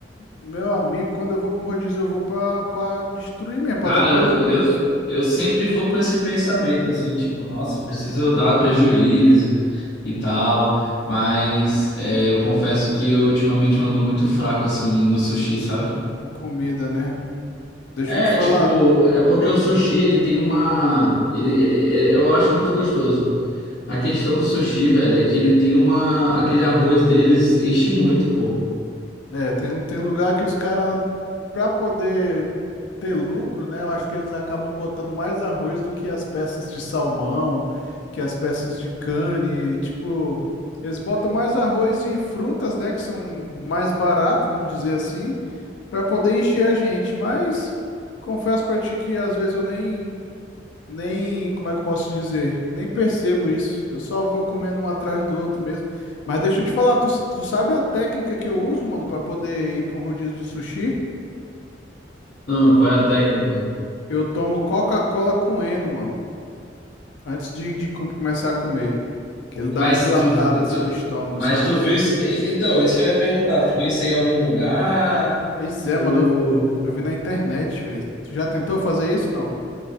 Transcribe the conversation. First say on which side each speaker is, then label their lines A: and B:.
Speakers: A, on the left; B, on the left.
A: Meu amigo, quando eu vou pra um rodízio, eu vou pra, pra destruir mesmo, pra
B: Cara,
A: dar prejuízo
B: eu, eu, eu sempre vou com esse pensamento assim, tipo, nossa, preciso dar prejuízo e tal, mas é, eu confesso que eu ultimamente ando muito fraco assim no sushi, sabe?
A: com comida, né? Deixa
B: É,
A: eu te falar,
B: tipo, é porque o sushi ele tem uma. Ele, ele, ele- eu acho muito gostoso. A questão do sushi, velho, é que ele tem uma. Aquele arroz deles enche muito, pô.
A: É, tem, tem lugar que os caras, para poder ter lucro, né? Eu acho que eles acabam botando mais arroz do que as peças de salmão, que as peças de cane. Tipo, eles botam mais arroz e frutas, né? Que são mais barato, vamos dizer assim, para poder encher a gente. Mas confesso pra ti que às vezes eu nem nem, como é que eu posso dizer? Nem percebo isso. Eu só vou comendo um atrás do outro mesmo. Mas deixa eu te falar, tu, tu sabe a técnica que eu uso, mano, pra poder ir pra um rodízio de sushi?
B: Ah, qual é a técnica?
A: Eu tomo Coca-Cola com Eno, mano, antes de, de com- começar a comer. Que ele
B: Mas
A: dá uma dilatada
B: tu,
A: assim
B: tu,
A: no estômago,
B: mas
A: sabe?
B: tu viu isso? e- Então, isso que eu ia perguntar. Tu viu isso em algum lugar?
A: Pois é,
B: Tu.
A: mano, eu, eu vi na internet, velho. Tu já tentou fazer isso, não?